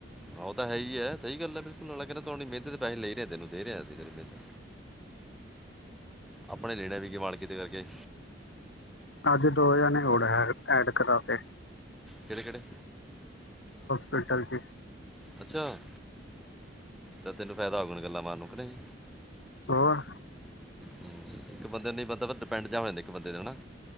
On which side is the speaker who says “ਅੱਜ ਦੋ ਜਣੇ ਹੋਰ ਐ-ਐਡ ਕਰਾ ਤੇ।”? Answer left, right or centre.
Left